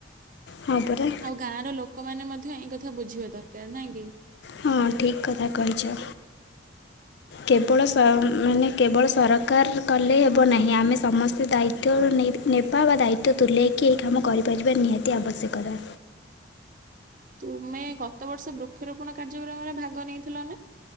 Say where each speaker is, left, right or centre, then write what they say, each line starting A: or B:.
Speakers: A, on the left (about 60°); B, on the right (about 40°).
A: ହଁ ପରା।
B: ଆଉ ଗାଁ ର ଲୋକମାନେ ମଧ୍ୟ ଏଇ କଥା ବୁଝିବା ଦରକାର ନାଇଁ କି।
A: ହଁ ଠିକ୍ କଥା କହିଛ। କେବଳ ସ ମାନେ କେବଳ ସରକାର କଲେ ହେବ ନାହିଁ ଆମେ ସମସ୍ତେ ଦାୟିତ୍ୱ ନେ ନେଇ ବା ଦାୟିତ୍ୱ ତୁଲେଇକି ଏହି କାମ କରିପାରିବା ନିହାତି ଆବଶ୍ୟକତା।
B: ତୁମେ ଗତ ବର୍ଷ ବୃକ୍ଷରୋପଣ କାର୍ଯ୍ୟକ୍ରମରେ ଭାଗ ନେଇଥିଲ ନା?